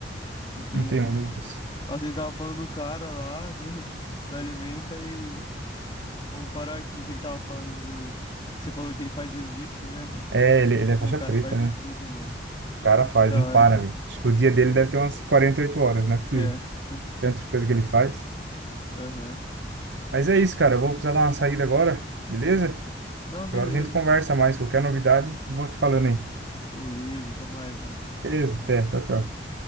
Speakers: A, on the left; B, on the right.
A: Entendi.
B: Não tenho luvas.
A: Nossa, a gente tava falando do cara lá, do, <laughs> da Alimenta, e Vamos parar aqui que ele tava falando. Que você falou que ele faz jiu-jitsu, né?
B: É, ele, ele é
A: Pô,
B: faixa
A: o cara
B: preta,
A: faz de
B: né?
A: tudo, mano.
B: O cara faz,
A: Que da
B: não
A: hora.
B: para, velho. Acho que o dia dele deve ter umas 48 horas, não é possível.
A: É. <laughs>
B: Tanta coisa que ele faz.
A: Aham.
B: Mas é isso, cara. Eu vou precisar dar uma saída agora, beleza?
A: Não,
B: Outra
A: beleza.
B: hora a gente conversa mais. Qualquer novidade, vou te falando aí.
A: Beleza, até mais, mano.
B: Beleza, até. Tchau, tchau.